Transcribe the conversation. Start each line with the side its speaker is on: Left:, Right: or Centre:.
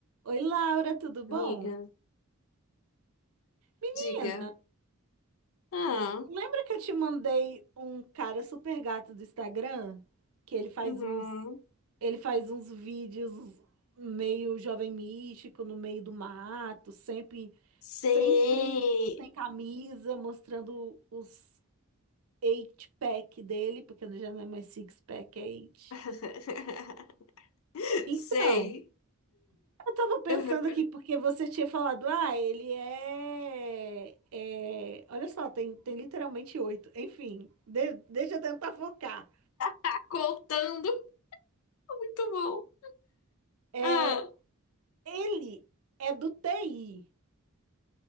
Right: Oi, Laura, tudo bom?
Left: Amiga,
Right: Menina,
Left: diga. Ah,
Right: lembra que eu te mandei um cara super gato do Instagram? Que ele faz
Left: uhum.
Right: uns, ele faz uns vídeos meio jovem místico, no meio do mato, sempre,
Left: Sei.
Right: sempre sem camisa, mostrando os eight pack dele, porque já não é mais six pack, é eight.
Left: <laughs>
Right: Então,
Left: Sei.
Right: Eu tava pensando
Left: Uhum.
Right: aqui, porque você tinha falado, ah, ele é, é- Olha só, tem, tem literalmente oito. Enfim, de- deixa eu tentar focar.
Left: Tá contando. Muito bom.
Right: É,
Left: Ah,
Right: ele é do TI.